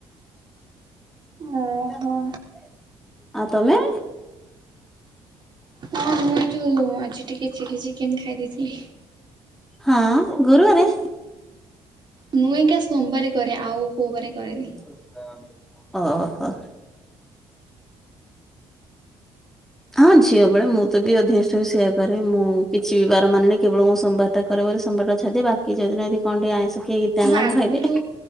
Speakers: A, in the centre; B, on the right.
A: <unintelligible>
B: ଓହୋ
A: ଆଉ ତମେ?
B: ହଁ ମୁଁ ଯୋଉ ଆଜି ଟିକେ ଚିଲ୍ଲି ଚିକେନ ଖାଇ ଦେଇଥିଲି।
A: ହଁ ଗୁରୁବାରେ।
B: ମୁଁ ଆଜ୍ଞା ସୋମବାରେ କରେ, ଆଉ
A: <unintelligible>
B: କୋଉ ବାରେ କରେନି।
A: ହଉଥିଲା ଆମେ। ଓହୋ। ହଁ ଝିଅ ବେଳେ ମୁଁ ତ ବି ଅଧିକାଂଶ ସମୟ ସେଇଆ କରେ ମୁଁ କିଛି ବାର ମାନେନି କେବଳ ମୁଁ ସୋମବାରଟା କରେ ବୋଲି। ସୋମବାର ଟାକୁ ଛାଡି ଦେଇକି ବାକି ଯୋଉଦିନ ଯଦି କଣ ଟିକେ ଆଇଁଷ କିଏ ଗିତେ ଆଣିଲା
B: ମୁଁ ଆଗୁରୁ
A: ଖାଇଦିଏ।